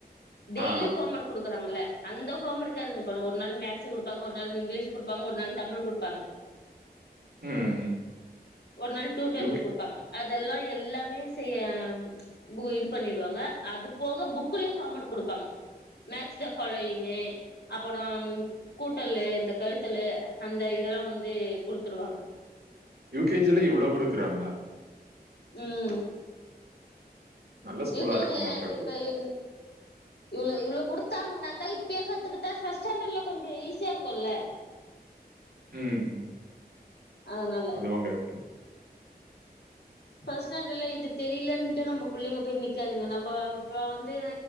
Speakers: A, on the left; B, on the right.
A: டெய்லியு
B: ஆ.
A: ஹோமர்க் குடுக்குறாங்கல்ல அந்த ஹோமர்க அதுங்க பண்ணு ஒரு நாள் மேக்ஸு குடுப்பாங்க ஒரு நாள் இங்கிலீஷு குடுப்பாங்க ஒரு நாள் தமிழு குடுப்பாங்க
B: ம்.
A: ஒரு நாள் டூ டேபிள்
B: யுகே
A: குடுப்பாங்க அது எல்லா எல்லாமே செய்ய பு இது பண்ணிடுவாங்க அது போக புக்குலையு ஹோமர்க் குடுப்பாங்க மேட்ச் த ஃபாலோயிங்கு அப்பறோ கூட்டல்லு இந்த கழித்தல்லு அந்த இது எல்லா வந்து குடுத்துருவாங்க
B: யு கே ஜி ல இவ்ளோ குடுக்குறாங்களா
A: ம்
B: நல்ல ஸ்கூலா
A: யு கே
B: இருக்குமாட்ருக்கு.
A: ஜி ல இப்ப இன் இவ்ளோ இவ்ளோ குடுத்தாங்கனாக்கா இப்பயே கத்துக்கிட்டா ஃபஸ்ட் ஸ்டாண்டர்ட்ல கொஞ்சோ ஈஸியா இருக்குல்ல
B: ம்
A: அதனால
B: அதுவும் கரெக்ட்டு.
A: ஃபஸ்ட் ஸ்டாண்டர்ல இது தெரியலன்ட்டு நம்ம பிள்ளைங்க போயி நிக்காதுங்க நம்ம இப்ப வந்து